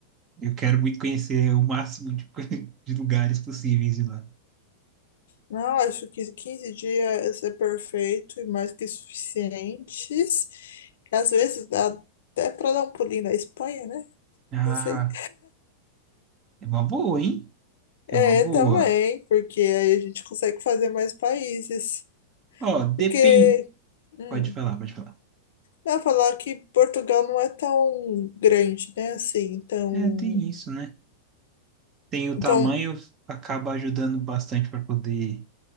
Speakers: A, on the right; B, on the left.
A: eu quero muito conhecer o máximo de, <laughs> de lugares possíveis de lá.
B: Não, acho que 15 dias é perfeito e mais que suficientes. Às vezes dá até para dar um pulinho na Espanha, né?
A: Ah,
B: Não sei.
A: é uma boa, hein?
B: É,
A: É uma boa.
B: também, porque aí a gente consegue fazer mais países.
A: Ó, depende.
B: Porque, hum,
A: Pode falar, pode falar.
B: eu ia falar que Portugal não é tão grande, né? Assim, então,
A: É, tem isso, né? Tem o
B: então
A: tamanho, acaba ajudando bastante para poder